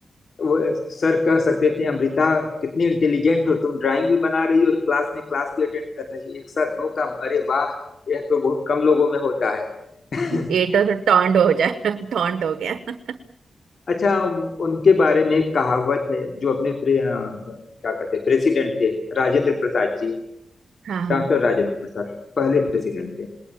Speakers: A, on the left (about 65°); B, on the right (about 80°).
A: वो सर कह सकते थे अमृता कितनी इंटेलिजेंट हो तुम ड्राइंग भी बना रही हो और क्लास में क्लास भी अटेंड कर रही हो एक साथ दो काम अरे वाह यह तो बहुत कम लोगों में होता है <laughs>
B: ये तो तो टॉन्ट हो जाए टॉन्ट हो गया
A: अच्छा उन- उनके बारे में एक कहावत है जो अपने प्रे, अ, क्या कहते हैं प्रेसिडेंट थे राजेंद्र प्रसाद जी
B: हाँ हाँ
A: डॉक्टर राजेंद्र प्रसाद पहले प्रेसिडेंट थे